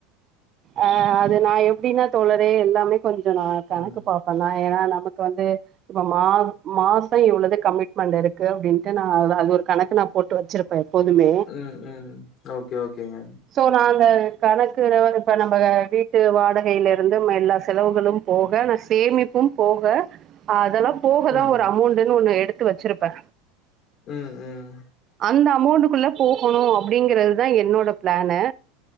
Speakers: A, on the right; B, on the left.
A: அ அது நா எப்டினா தோழறே எல்லாமே கொஞ்ச நா கணக்கு
B: ம்
A: பாப்ப நா ஏன்னா ந க்கு வந்து இப்ப மா மாசம் இவ்வளவு கமிட்மெண்ட் இருக்கு அப்படின்ட்டு நா அது ஒரு கணக்கு நம் போட்டு வச்சிருப்பே எப்போதுமே
B: ம் ம் ஓகே ஓகேங்க
A: சோ நா அந்த கணக்கு இப்ப நம்ம வீட்டு வாடகையில இருந்து எல்லா செலவுகளு போக போக சேமிப்பு போக அதல்லா போகதா
B: ம்
A: ஒரு அமௌண்டன்னு ஒன்னு எடுத்து வச்சிருப்ப
B: ம் ம்
A: அந்த அமௌண்டக்குள்ள போகணு அப்டிங்கறது தா என்னோட ப்ளானு